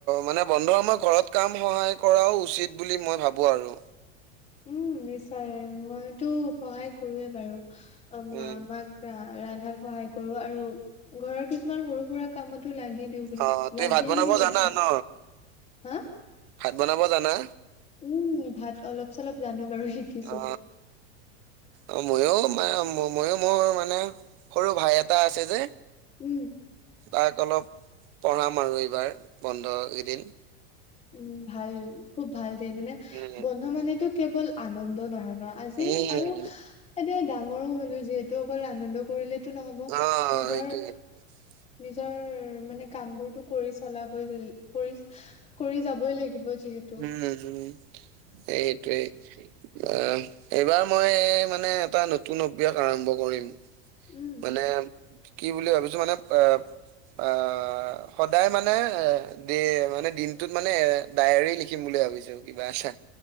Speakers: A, on the right; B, on the left.
A: মানে বন্ধ সময়ত ঘৰত কাম সহায় কৰাও উচিত বুলি মই ভাবোঁ আৰু।
B: উম, নিশ্চয় মইতো সহায় কৰোৱে বাৰু, আম
A: উম
B: আমাক ৰা-ৰান্ধাত সহায় কৰোঁ আৰু ঘৰৰ কিছুমান সৰু সুৰা কামতো লাগি দিওঁ। বুলি
A: অ', তুমি
B: লাগিয়ে
A: ভাত বনাব
B: দিওঁ অলপ
A: জানা
B: চলপ
A: ন'?
B: হা
A: ভাত বনাব জানা?
B: উম, ভাত অলপ চলপ জানো বাৰু শিকিছোঁ।
A: অ অ' ময়ো মা ম-ময়ো মোৰ মানে সৰু ভাই এটা আছে যে
B: উম।
A: তাক অলপ পঢ়াম আৰু এইবাৰ বন্ধ কেইদিন।
B: উম, ভাল খুব ভাল দে, মানে
A: উম
B: বন্ধ মানেতো কেৱল আনন্দ নহয় ন'। আজিৰ
A: উম
B: আৰু এতিয়া ডাঙৰো হ'লো যিহেতু অকল আনন্দ কৰিলেতো নহ'ব
A: অ
B: নিজৰ
A: <inaudible>
B: নিজৰ মানে কামবোৰটো কৰি চলাব কৰি কৰি যাবই লাগিব যিহে
A: উম, হু, এইটোৱেই। আ এইবাৰ মই মানে এটা নতুন অভ্যাস আৰম্ভ কৰিম।
B: উম
A: মানে কি বুলি ভাবিছোঁ মানে আহ আ সদায় মানে দে মানে দিনটোত মানে ডায়েৰী লিখিম বুলি ভাবিছো কিবা এটা।